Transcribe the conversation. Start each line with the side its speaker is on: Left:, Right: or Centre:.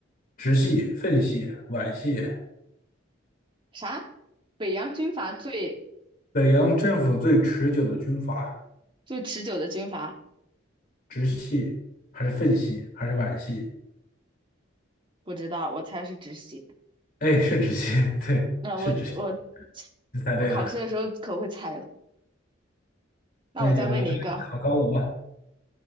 Left: 直系、奉系、皖系。
Right: 啥？北洋军阀最
Left: 北洋政府最持久的军阀，
Right: 最持久的军阀，
Left: 直系还是奉系还是皖系？
Right: 不知道，我猜是止血。
Left: 哎，是直系，<laughs> 对，
Right: 那我我
Left: 是直系，你猜对了。
Right: 我考试的时候可会猜了。那我再问你一个，
Left: 那你就来考考我，